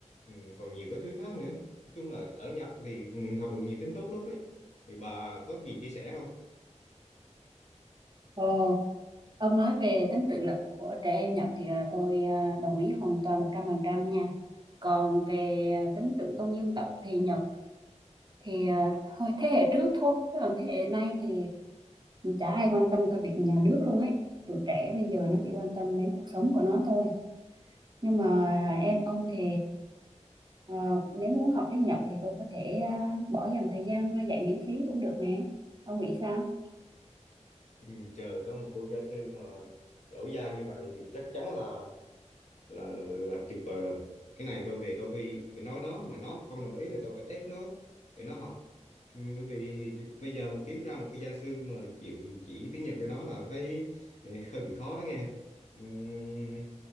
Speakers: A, on the left; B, on the right.
A: ừ, còn nhiều cái thứ khác nữa nói chung là ở Nhật thì mình học được nhiều tính tốt lắm ấy thì bà có gì chia sẻ không
B: Ồ, ông nói về tính tự lập của trẻ em Nhật thì à, tôi à, đồng ý hoàn toàn 100% nha. Còn về à, tính tự tôn dân tộc thì Nhật thì à, thôi thế hệ trước thôi, chứ còn thế hệ nay thì chả ai quan tâm cái việc nhà nước luôn ấy. Tụi trẻ bây giờ nó chỉ quan tâm đến cuộc sống của nó thôi. Nhưng mà em ông thì ờ, nếu muốn học tiếng Nhật thì tôi có thể à, bỏ dành thời gian ra dạy miễn phí cũng được nè. Ông nghĩ sao?
A: ừ, trời có một cô gia sư mà giỏi giang như vậy thì chắc chắn là là, là là tuyệt vời rồi cái này tôi về tôi phải phải nói nó mà nó không đồng ý là tôi phải ép nó để nó học ừ, bởi vì đi- bây giờ mà kiếm ra một cái gia sư mà chịu chỉ tiếng Nhật cho nó là thấy ừ, hơi bị khó đó nghe Ừm,